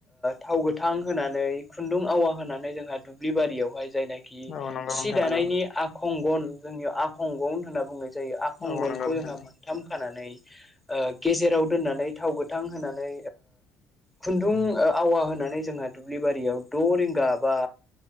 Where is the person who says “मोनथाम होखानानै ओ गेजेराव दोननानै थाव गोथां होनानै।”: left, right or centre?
Centre